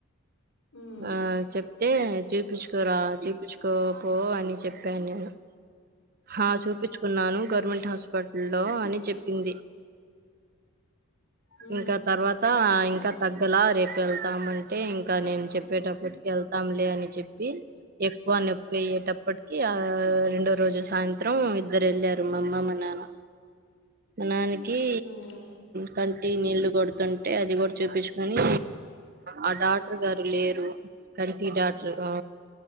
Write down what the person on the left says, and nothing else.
మ్మ్
మ్మ్
మ్మ్